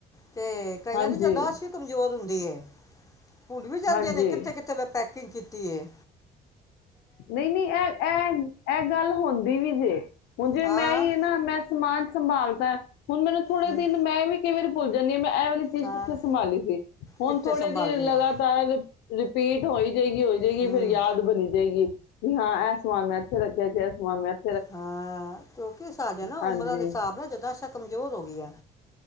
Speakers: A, on the left; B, on the left.
A: ਤੇ ਕਈਆਂ
B: ਹਾਂਜੀ,
A: ਦੀ ਯਾਦਾਸ਼ ਵੀ ਕਮਜ਼ੋਰ ਹੁੰ ਦੀ ਹੈ। ਹੁਣ ਵੀ ਜਾਂਦੀਆਂ
B: ਹਾਂਜੀ।
A: ਨੇ, ਕਿੱਥੇ-ਕਿੱਥੇ ਮੈਂ ਪੈ ਕੁਕਿੰਗ ਕੀਤੀ ਏ।
B: ਨਹੀਂ-ਨਹੀਂ, ਇਹ-ਇਹ, ਇਹ ਗੱਲ ਹੁੰਦੀ ਵੀ ਜੇ। ਹੁਣ ਜਿਵੇੰ
A: ਹਾਂ
B: ਮੈਂ ਹੀ ਨਾ, ਮੈਂ ਸਮਾਨ ਸੰਭਾਲ ਤਾਂ ਏ। ਹੁਣ ਮੈਨੂੰ ਥੋੜੇ
A: ਹਮ,
B: ਦਿਨ ਮੈਂ ਵੀ ਕਈ ਵਾਰੀ ਭੁੱਲ ਜਾਂਦੀ ਹਾਂ ਮੈਂ ਇਹ ਵਾਲੀ ਚੀਜ਼
A: ਹਾਂ
B: ਕਿੱਥੇ ਸੰਭਾਲੀ ਸੀ? ਹੁਣ
A: ਕਿੱਥੇ
B: ਥੋੜੇ
A: ਸੰਭਾਲੀ
B: ਦਿਨ ਲਗਾਤਾਰ
A: ਹੈ
B: ਰਿਪੀਟ ਹੋਈ ਹੋ ਜਾਏਗੀ, ਹੋ ਜਾਏਗੀ
A: ਹਮ,
B: ਫਿਰ ਯਾਦ ਬਣੀ ਜਾਏਗੀ। ਵੀ ਹਾਂ, ਇਹ ਸਮਾਨ ਮੈਂ ਇੱਥੇ ਰੱਖਿਆ ਸੀ, ਇਹ ਸਮਾਨ ਮੈਂ ਇੱ
A: ਹਾਂ, ਕਿਉਂਕਿ ਸਾਡੇ ਨਾ
B: ਹਾਂਜੀ
A: ਉਮਰਾਂ ਦੇ ਹਿਸਾਬ ਨਾਲ ਜਦਾਂਸ਼ਾ ਕਮਜ਼ੋਰ ਹੋ ਗਈ ਆ।